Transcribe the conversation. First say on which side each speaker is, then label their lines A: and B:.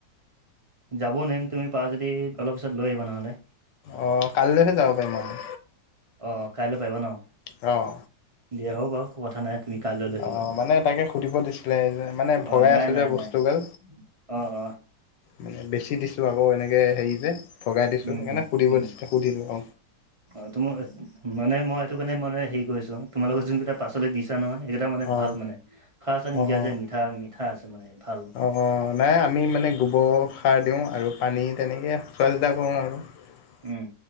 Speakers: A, on the right; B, on the left.
A: যাব নোৱাইম তুমি পাৰা যদি অলপ পিছত লৈ আহিবা নহ'লে
B: অ কালিলেহে যাব পাৰিম আউ
A: অঁ কাইলৈ পাৰিবা ন
B: অঁ
A: দিয়া হব বাউ কথা নাই তুমি কাইলৈ লৈ আহিবা।
B: অঁ মানে তাকে সুধিব দিছিলে যে মানে ভগাই
A: অ' নাই
B: আছে
A: নাই
B: যে বস্তুগাল
A: নাই অ' অ'
B: মানে বেছি দিছোঁ আকৌ এনেকে হেৰি যে ভগাই দিছো
A: উম
B: সেইকাৰণে
A: উম
B: সুধিব
A: উম
B: দিছিলে সুধিলো অ
A: অ তোমাৰ মানে মই সেইটো কাৰণে মানে হেৰি কৰিচুং তোমালোকৰ যোন কেইটা পাচলি দিছা নহয় এইকেইটা মানে
B: অ
A: ভাল মানে সাৰ চাৰ
B: অ
A: নিদিয়া যে
B: অ
A: মিঠা মিঠা আছে মানে ভাল
B: অঁ নাই আমি মানে গোবৰ সাৰ দিওঁ আৰু পানী তেনেকে চোৱা চিতা কৰোঁ আৰু হয় <inaudible>
A: উম